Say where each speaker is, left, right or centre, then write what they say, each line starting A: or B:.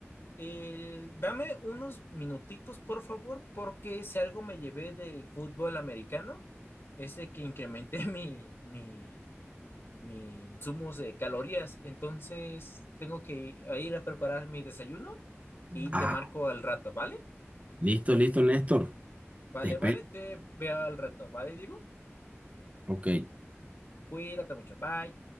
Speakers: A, on the left (about 55°); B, on the right (about 30°).
A: El, dame unos minutitos, por favor, porque si algo me llevé del fútbol americano, es de que incrementé <laughs> mi, mi, mi insumos de calorías. Entonces, tengo que ir a preparar mi desayuno y te
B: Ah,
A: marco al rato, ¿vale?
B: listo, listo, Néstor.
A: Vale,
B: Te espero.
A: vale, te veo al rato, ¿vale? Digo,
B: Ok.
A: cuídate mucho, bye.